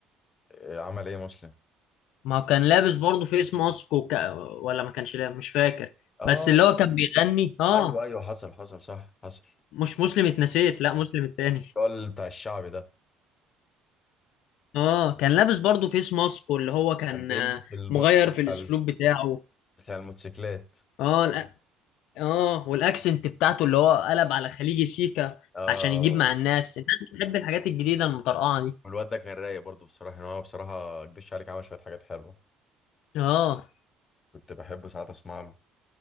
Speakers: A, on the left; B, on the left.
A: إيه عمل إيه مسلم
B: ما هو كان لابس برضه فيس ماسك وك... ولا ما كانش لابس مش فاكر
A: آه
B: بس اللي هو كان بيغني اه
A: أيوه أيوه حصل حصل صح حصل
B: مش مسلم اتنسيت لا مسلم التاني
A: الراجل بتاع الشعبي ده
B: اه كان لابس برضه فيس ماسك واللي هو كان
A: كان بيلبس
B: آه،
A: الماسك
B: مغير
A: بتاع
B: في الاسلوب
A: ال-
B: بتاعه
A: بتاع الموتوسيكلات
B: اه الأ- اه والاكسنت بتاعته اللي هو قلب على خليجي سيكا
A: آه
B: عشان يجيب مع الناس الناس بتحب الحاجات الجديدة المطرقعة دي
A: والواد ده كان رايق برضه بصراحة يعني هو بصراحة ما اكدبش عليك عمل شوية حاجات حلوة
B: اه
A: كنت بحب ساعات اسمع له